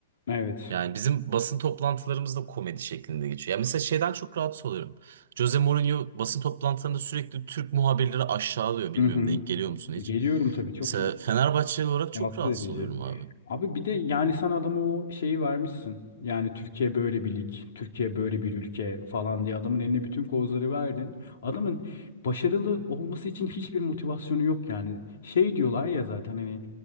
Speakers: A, on the left; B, on the right.
A: Evet.
B: Yani bizim basın toplantılarımız da komedi şeklinde geçiyor. Ya mesela şeyden çok rahatsız oluyorum. Jose Mourinho basın toplantılarında sürekli Türk muhabirleri aşağılıyor. Bilmiyorum
A: Hı hı.
B: denk geliyor musun hiç?
A: Geliyorum tabii çok
B: Mesela Fenerbahçeli olarak çok
A: rahatsız
B: rahatsız
A: edici.
B: oluyorum abi.
A: Abi bir de yani sen adama o şeyi vermişsin. Yani Türkiye böyle bir lig, Türkiye böyle bir ülke falan diye adamın eline bütün kozları verdin. Adamın başarılı olması için hiçbir motivasyonu yok yani. Şey diyorlar ya zaten hani